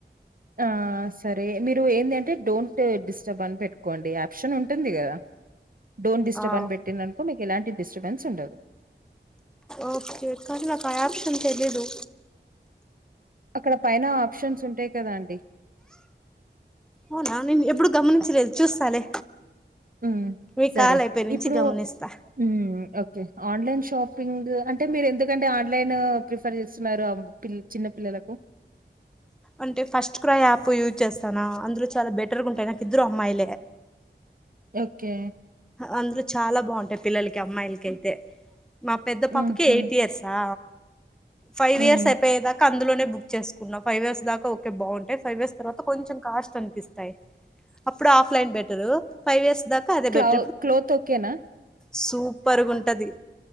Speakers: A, on the right; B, in the centre.
A: ఆ సరే మీరు ఏంది అంటే డోంట్ డిస్టర్బ్ అని పెట్టు కొండి ఆప్షన్ ఉంటంది కద డంట్ డిస్టర్బ్
B: ఆ
A: అని పెట్టిననుకో మీకు ఇలాంటి డిస్టర్బెన్స్ ఉండదు
B: ఓకే కానీ నాకు అయ్ ఆప్షన్ తెలీదు
A: అక్కడ పైన ఆప్షన్స్ ఉంటాయి కదా అండి
B: అవునా నేను ఎప్పుడు గమనించలేదు చూస్తాలే
A: ఉమ్
B: మీ
A: సరే
B: కాల్ అయిపోయి నుంచి
A: ఇప్పుడు
B: గమనిస్తా
A: ఉమ్ ఓకే. ఆన్లైన్ షాపింగ్ అంటే మీరు ఎందుకంటే ఆన్లైన్ ప్రిఫర్ చేస్తున్నారు ఆ పిల్ చిన్న పిల్లలకు.
B: అంటే ఫస్ట్ క్రై యాప్ యూజ్ చేస్తాను అందులో చాలా బెటర్ గా ఉంటాయి నాకు ఇద్దరు అమ్మాయిలే.
A: ఓకే.
B: అందులో చాలా బాగుంటాయి పిల్లలకి అమ్మాయిలకి అయితే మా పెద్ద
A: హుహు.
B: పాపకి ఎయిట్ ఇయర్సా. Five
A: hmm.
B: ఇయర్స్ అయిపోయేదాకా. అందులోనే బుక్ చేసుకున్నా ఫైవ్ ఇయర్స్ దాకా ఓకే బాగుంటాయి ఫైవ్ ఇయర్స్ తర్వాత కొంచెం కాస్ట్ అనిపిస్తాయి. ఇప్పుడు ఆఫ్లైన్ బెటరు ఫైవ్ ఇయర్స్ దాకా అదే బెట్
A: ఆహ్ క్లోత్ ఓకేనా.
B: సూపర్గా ఉంటది